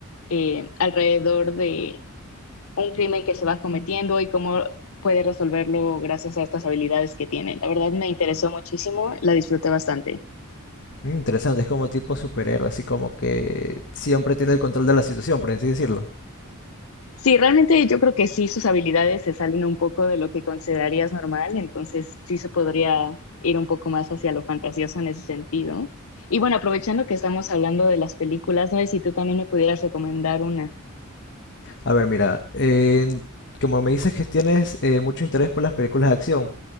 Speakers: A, on the left (about 70°); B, on the left (about 55°).
A: eh, alrededor de un crimen que se va cometiendo y cómo puede resolverlo gracias a estas habilidades que tiene. La verdad me interesó muchísimo, la disfruté bastante.
B: Mm, Interesante, es como tipo superhéroe, así como que siempre tiene el control de la situación, por así decirlo.
A: Sí, realmente yo creo que sí, sus habilidades se salen un poco de lo que considerarías normal, entonces sí se podría ir un poco más hacia lo fantasioso en ese sentido. Y bueno, aprovechando que estamos hablando de las películas, no sé si tú también me pudieras recomendar una.
B: A ver, mira, eh, como me dices que tienes eh, mucho interés por las películas de acción,